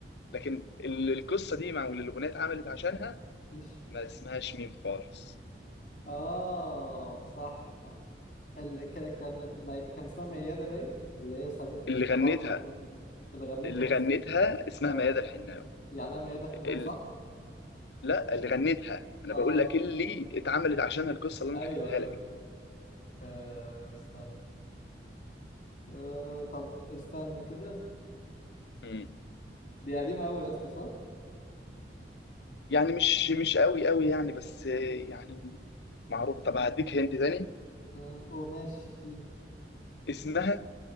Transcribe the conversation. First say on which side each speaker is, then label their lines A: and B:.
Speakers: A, on the left (about 70°); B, on the left (about 45°).
A: لكن ال- القصه دي مع واللي الاغنيه اتعملت عشانها
B: مش
A: ما اسمهاش ميم خالص
B: اه صح ال... ك... كان مي... كان اسمها ميادة باين اللي هي سابت
A: اللي
B: الملحن
A: غنتها
B: ده اللي غنتها
A: اللي
B: بس
A: غنتها اسمها
B: اه
A: ميادة الحناوي
B: يعني انا ميادة حناوي
A: ال...
B: صح
A: لا اللي غنتها انا
B: اه
A: بقول لك اللي اتعملت عشانها القصه اللي
B: ايوه
A: انا حكيتها
B: ايوه
A: لك
B: آه استنى آه طب استنى كده
A: دي
B: دي قديمة أوي يا اسطى صح؟
A: يعني مش مش قوي قوي يعني بس يعني معروف طب هديك هنت تاني
B: آه، وماشي دي
A: اسمها